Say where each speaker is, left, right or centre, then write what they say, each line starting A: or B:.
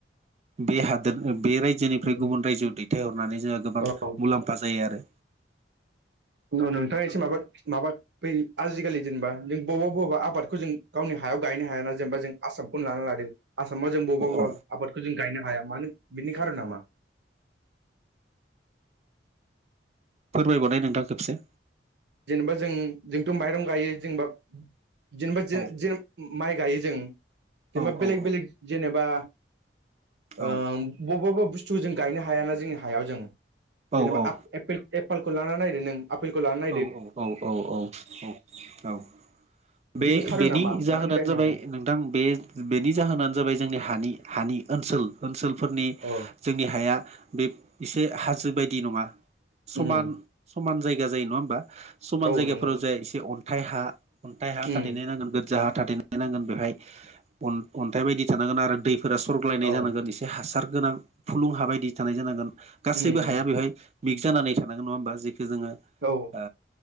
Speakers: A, on the right; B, on the right.
A: बे हाद बे रायजोनिफ्राय
B: उम
A: गुबुन रायजोआव दैथायहरनानै जोंहा गोबां
B: औ
A: मुलाम्फा जायो आरो
B: न' नोंथाङा एसे
A: औ
B: माबा माबा बै आजिखालि जेनेबा जों बबेबा बबेबा आबादखौ जों गावनि हायाव गायनो हायाना जेनेबा जों आसामखौनो लाना लादो आसामाव जों बबेबाबा
A: औ
B: आबादखौ जों गायनो हाया मानो बिनि खारना मा
A: फोरमायबावनाय नोंथां खेबसे
B: जेनेबा जों जोंथ' माइरं गायो जेनबा जेनेबा जों
A: औ
B: ज माइ गायो जों जेनेबा
A: औ
B: बेलेग बेलेग
A: औ
B: जेनेबा ओ बबा
A: औ
B: बबा बुस्थु जों गायनो हायाना जोंनि हायाव जों जेनेबा
A: औ औ
B: आफ एपेल एपालखौ लानानै नायदो नों आ आफेलखौ लानानै
A: औ औ औ औ औ औ औ बे
B: बिनि खार'ना
A: बेनि
B: मा
A: जाहोनानो
B: मानो गायनो
A: जाबाय
B: हाया
A: नोंथां बे बेनि जाहोनानो जाबाय जोंनि हानि हानि ओनसोल ओनसोलफोरनि
B: अ
A: जोंनि हाया बे एसे हाजो बायदि नङा समान
B: उम
A: समान जायगा जायो नङा होमबा समान
B: औ
A: जायगाफोराव
B: नंगौ
A: जा एसे अन्थाइ हा अन्थाइ हा
B: उम
A: थादेरनाय नुगोन जाहा थाथेननाय नांगोन बेवहाय अन्थाइ बायदि थानांगोन आरो दैफोरा सरग्लायनाय
B: औ
A: जानांगोन इसोर बे हासार गोनां फुलुं हा बायदि थानाय जानांगोन गासैबो
B: उम
A: हाया बेवहाय मिग जानानै थानांग नङा होमबा जेखौ जोङो
B: औ
A: ओ